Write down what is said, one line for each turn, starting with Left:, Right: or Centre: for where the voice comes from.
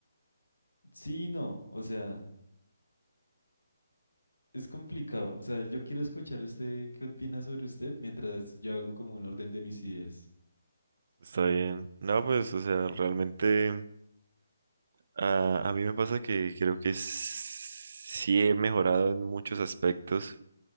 Left: sí, y no, o sea, es complicado. O sea, yo quiero escuchar usted qué opina sobre usted mientras yo hago como un orden de mis ideas.
Right: Está bien. No, pues, o sea, realmente a, a mí me pasa que creo que s- sí he mejorado en muchos aspectos,